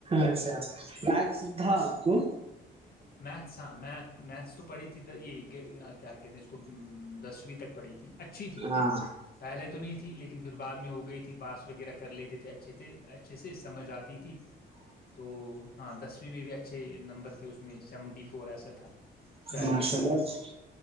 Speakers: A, on the right; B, on the left.
A: اچھا سدا آپو
B: میتھس ہاں میتھ میتھس تو پڑھی تھی یہ کیا کہتے ہیں اس کو دسویں تک پڑھی تھی اچھی تھی
A: ہاں
B: پہلے تو نہیں تھی لیکن پھر بعد میں ہو گئی تھی باس وغیرہ کر لیتے تھے اچھے تھے اچھے سے سمجھ آتی تھی تو ہاں دسویں میں بھی اچھے نمبر تھے اس میں سیونٹی فور ایسا تھا شاید
A: ماشاء اللہ